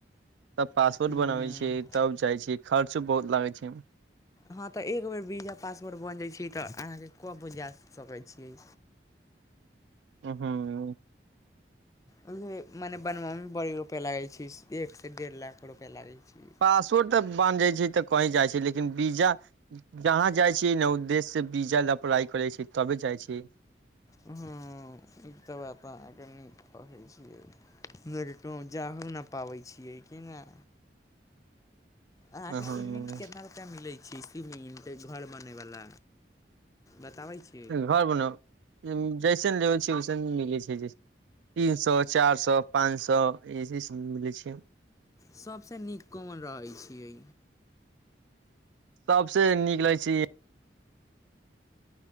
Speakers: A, on the right (about 80°); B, on the left (about 20°).
A: तब पास्पोर्ट
B: ह्म
A: बनाबै छीयै। तब जाई छी खर्चों बहुत लागै छै।
B: हँ, तऽ एक बेर वीजा पासपोर्ट बनि जाइ छै, तऽ अहाँकेँ कतऽ जा सकै छियै।
A: उ हू
B: ओ मने बनबामे बड़ी रुपइया लागै छै, एकसँ डेढ़ लाख रुपइया लागै छै।
A: पासवोर्ट तऽ बान जाई छै। तऽ कही जाई छै लेकिन वीजा। जहाँ जाइ छी ने देशसे वीजा लऽ अप्लाई करै छै। तबे जाइ छी
B: हि, ई तऽ बात अहाँकेँ नीक कहैत छियै। लेकिन कहू जाहो नहि पाबै छियै की नहि आहकेँ
A: हूँ
B: सुम्मिंग कऽ मिलै छी, सीमेंट घर बने वाल बताबै छी।
A: घर बनाउ जैसन लेबै छै वैसन मिलैत छै। तीन सए, चारि सए, पाँच सए ई सभ मिलै छै।
B: सभसँ नीक कोन रहैत छियै।
A: तब से निकलै छी